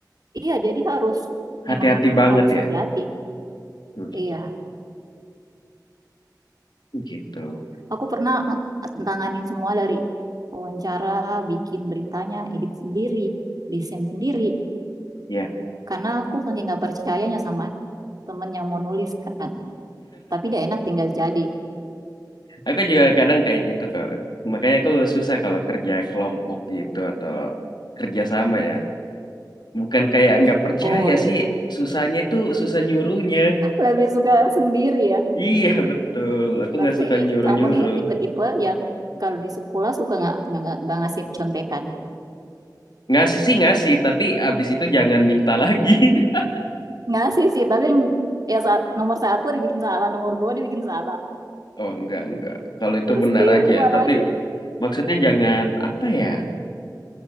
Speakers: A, on the right; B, on the left.
A: Iya, jadi harus
B: Hati-hati
A: memang
B: banget
A: harus
B: ya.
A: hati-hati.
B: Hmm,
A: Iya,
B: gitu.
A: aku pernah tanganin semua dari wawancara, bikin beritanya, edit sendiri, desain sendiri.
B: Ya.
A: Karena aku saking nggak percayanya sama temen yang mau nulis kan. Tapi dia enak tinggal jadi.
B: Aku juga kadang kayak gitu kok. Makanya aku susah kalau kerja kelompok gitu atau kerja sama ya. Bukan kayak nggak percaya
A: Oh ya,
B: sih, susahnya itu susah nyuruhnya.
A: Lebih suka sendiri
B: <laughs>
A: ya.
B: Iya betul, aku
A: Berarti
B: nggak suka nyuruh-nyuruh.
A: kamu ini tipe-tipe yang kalau di sekolah suka nggak nggak nggak- ngasih contekan.
B: Ngasih sih ngasih, tapi abis itu jangan minta lagi. <laughs>
A: Ngasih sih, tapi ya saat nomor satu dibikin salah, nomor dua dibikin salah.
B: Oh enggak, enggak. Kalau itu
A: Terus
B: benar
A: diubah
B: aja, tapi
A: lagi.
B: maksudnya jangan apa ya?